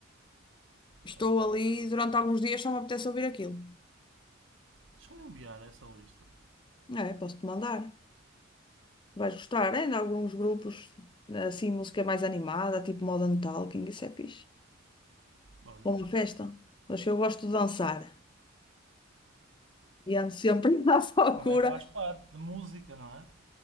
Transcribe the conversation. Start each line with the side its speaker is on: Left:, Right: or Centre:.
Left: estou
Right: Olha,
Left: ali durante alguns dias só me apetece ouvir aquilo.
Right: Deixa-me enviar essa lista.
Left: É, posso-te mandar. Vais gostar. Ainda há alguns grupos assim, música mais animada, tipo Modern Talking. Isso é fixe.
Right: Olha.
Left: Para uma festa. Mas eu gosto de dançar. E ando sempre <laughs> à procura.
Right: Também faz parte de música, não é?